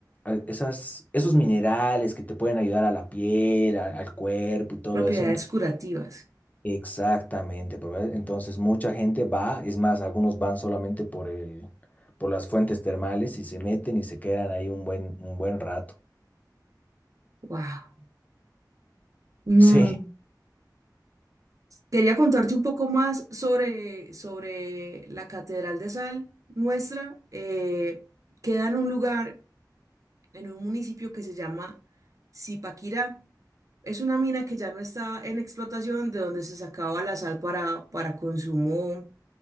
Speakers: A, on the left; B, on the right.
A: eh, esas, esos minerales que te pueden ayudar a la piel, a- al cuerpo y todo
B: Propiedades
A: eso. Ento-
B: curativas.
A: exactamente, pero, eh, entonces mucha gente va, es más, algunos van solamente por el, por las fuentes termales y se meten y se quedan ahí un buen, un buen rato.
B: Wow. Mm,
A: <laughs> Sí.
B: Quería contarte un poco más sobre, sobre la Catedral de Sal nuestra. Eh, queda en un lugar, en un municipio que se llama Zipaquirá. Es una mina que ya no está en explotación, de donde se sacaba la sal para, para consumo